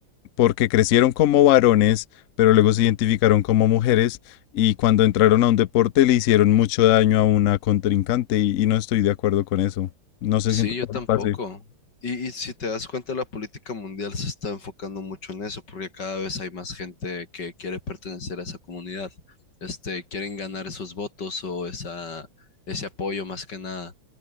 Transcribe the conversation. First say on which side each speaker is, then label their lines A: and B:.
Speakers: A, on the left; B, on the left.
A: porque crecieron como varones, pero luego se identificaron como mujeres y cuando entraron a un deporte le hicieron mucho daño a una contrincante y, y no estoy de acuerdo con eso. No sé
B: Sí,
A: si en tu
B: yo
A: país
B: tampoco.
A: pase.
B: Y, y si te das cuenta, la política mundial se está enfocando mucho en eso, porque cada vez hay más gente que quiere pertenecer a esa comunidad. Este, quieren ganar esos votos o esa, ese apoyo más que nada.